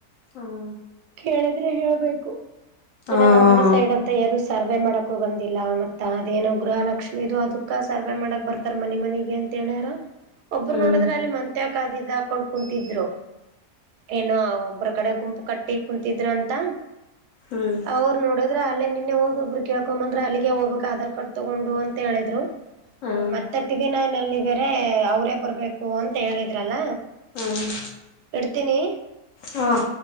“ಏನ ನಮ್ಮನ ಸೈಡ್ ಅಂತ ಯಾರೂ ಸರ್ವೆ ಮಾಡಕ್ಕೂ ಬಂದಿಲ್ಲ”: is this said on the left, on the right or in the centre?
Right